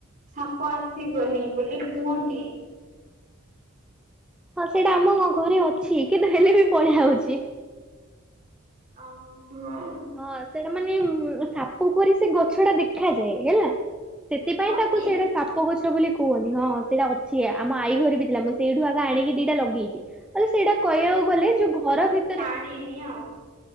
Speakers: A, on the right (about 40°); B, in the centre.
A: ସାପ ଆସିବନି ବୋଲି କୁହନ୍ତି।
B: ହଁ ସେଇଟା ଆମ ଘରେ ଅଛି କିନ୍ତୁ ହେଲେ ବି ପଳେଇଆ ହଉଚି।
A: ଓ ହୋ ହଉ।
B: ହଁ ସେଟା ମାନେ ସାପ ପରି ସେ ଗଛ ଟା ଦେଖାଯାଏ ହେଲା। ସେଥିପାଇଁ
A: ହଁ
B: ତାକୁ
A: କି
B: ସେଇଟା ସା ସାପ ଗଛ ବୋଲି କୁହନ୍ତି ହଁ ସେଇଟା ଅଛି ଆମ ଆଈ ଘର ବି ଥିଲା ମୁଁ ସେଇଠୁ ଆଗ ଆଣିକି ଦିଇଟା ଲଗେଇଚି। ଆରେ ସେଇଟା କହିବାକୁ ଗଲେ ଯୋଉ ଘର ଭିତରେ
A: ନି ଆଉ